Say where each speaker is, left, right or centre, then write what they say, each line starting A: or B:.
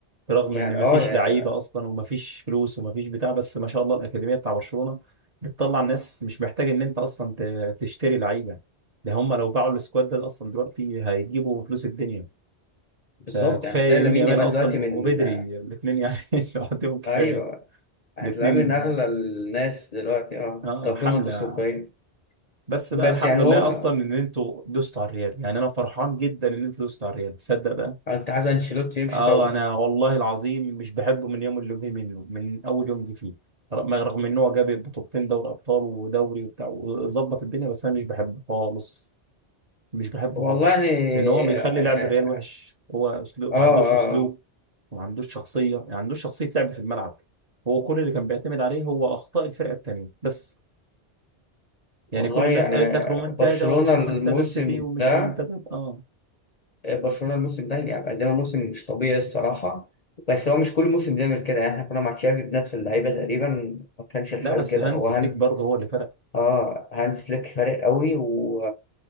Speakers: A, on the right; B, on the left.
A: برغم
B: يعني
A: ان مفيش
B: اه يا-
A: لعيبه اصلا ومفيش فلوس ومفيش بتاع بس ما شاء الله الاكاديميه بتاع برشلونه بتطلع ناس مش محتاج ان انت اصلا ت- تشتري لعيبه ده هم لو باعوا السكواد ده اصلا دلوقتي هيجيبوا فلوس الدنيا
B: بالظبط
A: ده كفايه
B: يعني هتلاقي
A: يمين
B: لامين
A: يامال
B: يامال
A: اصلا
B: دلوقتي من
A: وبدري الاثنين يعني <laughs> لوحدهم كفايه
B: ايوه هتلاقيه
A: الاثنين
B: من اغلى الناس دلوقتي اه
A: اه
B: كقيمه
A: حمله
B: تسويقيه
A: بس بقى
B: بس
A: الحمد
B: يعني
A: لله
B: هو
A: اصلا ان انتوا دوستوا على الريال يعني انا فرحان جدا ان انتوا دوستوا على الريال تصدق بقى
B: انت عايز انشيلوتي يمشي
A: اه
B: طبعا
A: انا والله العظيم مش بحبه من يوم اللي جه منه من اول يوم جه فيه رغم رغم ان هو جاب بطولتين دوري ابطال ودوري وبتاع وظبط الدنيا بس انا مش بحبه خالص مش بحبه
B: والله
A: خالص
B: يعني
A: لان هو بيخلي لعب الريال وحش هو اسلوب
B: اه
A: ما
B: اه
A: عندوش اسلوب
B: آه.
A: وما عندوش شخصيه يعني ما عندوش شخصيه لعب في الملعب هو كل اللي كان بيعتمد عليه هو اخطاء الفرقه التانيه بس يعني
B: والله
A: كل الناس
B: يعني
A: قالت لك رومنتادا
B: برشلونة
A: ومش
B: الموسم
A: رومنتادا السيتي ومش
B: ده
A: رومنتادا اه
B: آه، برشلونة الموسم ده يعني قدم موسم مش طبيعي الصراحة بس هو مش كل موسم بيعمل كده يعني احنا كنا مع تشافي بنفس اللعيبة تقريبا ما كانش الحال
A: لا بس
B: كده
A: هانز
B: هو
A: فليك
B: هان
A: برضه هو اللي فرق
B: اه هانز فليك فارق قوي و...